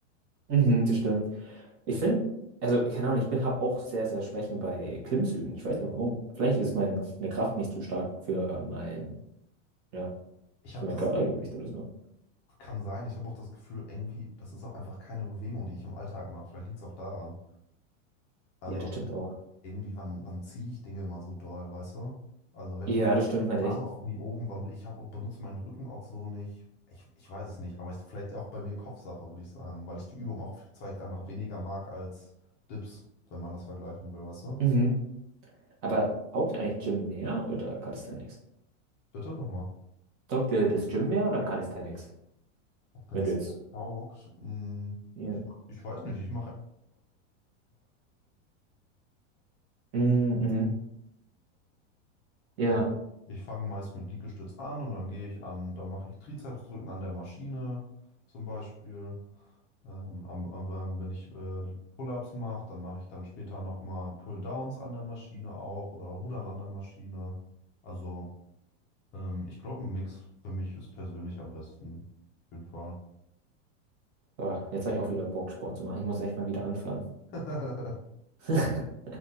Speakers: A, on the right (about 35°); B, on the left (about 30°).
A: Mhm, das stimmt. Ich finde, also, keine Ahnung, ich bin, habe auch sehr, sehr Schwächen bei Klimmzügen. Ich weiß nicht warum. Vielleicht ist meine Kraft nicht zu stark für mein, ja,
B: Ich habe
A: für mein
B: das,
A: Körpergewicht oder so.
B: kann sein, ich habe auch das Gefühl, irgendwie, das ist auch einfach keine Bewegung, die ich im Alltag mache. Vielleicht liegt es auch daran. Also
A: Ja, das stimmt auch.
B: irgendwie, wann, wann ziehe ich Dinge mal so doll, weißt du? Also wenn
A: Ja, das stimmt halt
B: Arme
A: echt.
B: auch nie oben, wann ich hab, benutze meinen Rücken auch so nicht. Ich, ich weiß es nicht, aber ich, vielleicht auch bei mir Kopfsache, würde ich sagen, weil ich die Übung auch vielleicht einfach weniger mag als Dips, wenn man das vergleichen will, weißt du?
A: Mhm. Aber taugt dir eigentlich Gym mehr oder Calisthenics?
B: Bitte nochmal.
A: Taugt dir das Gym mehr oder Calisthenics?
B: Ob mir
A: Wenn
B: das
A: du jetzt.
B: taugt? Hm,
A: Ja.
B: ich, ich weiß nicht, ich
A: Mhm. mhm. Ja.
B: Also ich fange meist mit Liegestütz an und dann gehe ich an, da mache ich Trizepsdrücken an der Maschine zum Beispiel. Ähm, am, am, am- wenn ich äh, Pull-ups mache, dann mache ich dann später nochmal Pull-downs an der Maschine auch oder Rudern an der Maschine. Also ähm, ich glaube, ein Mix für mich ist persönlich am besten. Auf jeden Fall.
A: Boah, jetzt habe ich auch wieder Bock, Sport zu machen. Ich muss echt mal wieder anfangen.
B: <laughs>
A: <laughs>